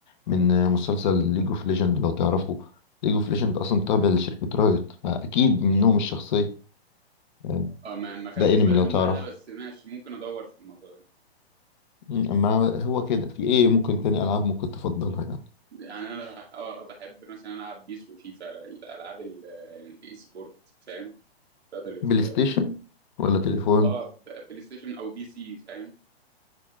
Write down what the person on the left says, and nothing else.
من آه، مسلسل ليج اوف ليجند لو تعرفه ليج اوف ليجند اصلا تابع لشركه رايت فاكيد منهم الشخصيه آه،
ده انمي
لو
تعرفه
أمم، اما هو كده في ايه ممكن تاني العاب ممكن تفضلها يعني
بلاي ستيشن
ولا تليفون